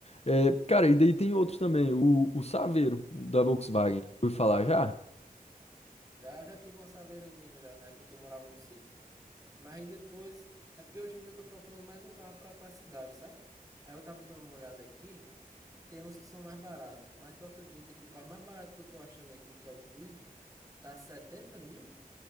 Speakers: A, on the left (about 45°); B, on the right (about 25°).
A: É, cara, e daí tem outros também, o, o Saveiro, da Volkswagen. Ouviu falar já?
B: Já já tive uma saveirozinha já na época que eu morava no sítio. Mas aí depois, é porque hoje em dia eu tô procurando mais um carro pra, pra cidade, sabe? Aí eu tava dando uma olhada aqui, tem uns que são mais baratos. Mas tu acredita que o carro mais barato que eu tô achando aqui, que é o Kwid, tá setenta mil?